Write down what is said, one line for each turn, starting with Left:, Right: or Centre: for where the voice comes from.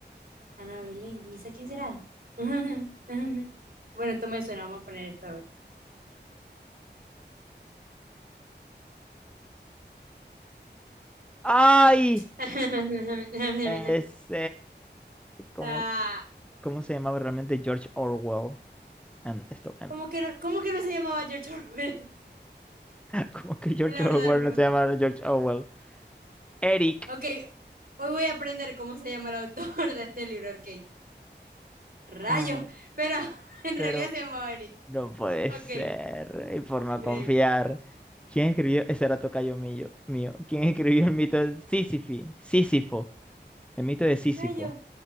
Right: Ana Belén, ¿y esa quién será? <laughs> Bueno, esto me suena, vamos a poner esto. a ver.
Centre: ¡Ay!
Right: <laughs>
Centre: Es, ¿Cómo,
Right: Ah,
Centre: cómo se llamaba realmente George Orwell? Em, esto, em,
Right: ¿Cómo que no, cómo que no se llamaba George Orwell?
Centre: <laughs> ¿Cómo
Right: <laughs>
Centre: que George
Right: Es la verdadera
Centre: Orwell
Right: pregunta.
Centre: no se llama George Orwell? Eric.
Right: Ok, hoy voy a aprender cómo se llama el autor de este libro, ok. Rayo,
Centre: Ah,
Right: pero <laughs> en
Centre: pero
Right: realidad se llamaba Eric.
Centre: No puede
Right: Ok,
Centre: ser. Y por no
Right: increíble.
Centre: confiar. ¿Quién escribió? Ese era tocayo mío, mío. ¿Quién escribió el mito de Sísifi? Sísifo. El mito de Sísifo.
Right: Rayo,